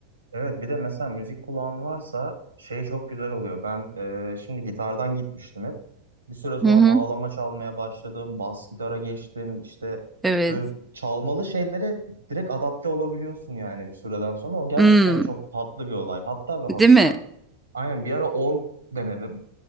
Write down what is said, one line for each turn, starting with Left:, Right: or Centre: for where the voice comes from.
Right: Evet bir de mesela müzik kulağın varsa şey çok güzel oluyor. Ben e, şimdi gitardan gitmiştim hep. Bir süre sonra
Centre: Hı hı.
Right: bağlama çalmaya başladım. Bas gitara geçtim. İşte
Centre: Evet.
Right: böyle çalmalı şeylere direkt adapte olabiliyorsun yani bir süreden sonra. O gerçekten
Centre: Hmm,
Right: çok tatlı bir olay. Hatta ve hatta
Centre: değil mi?
Right: aynen bir ara org denedim.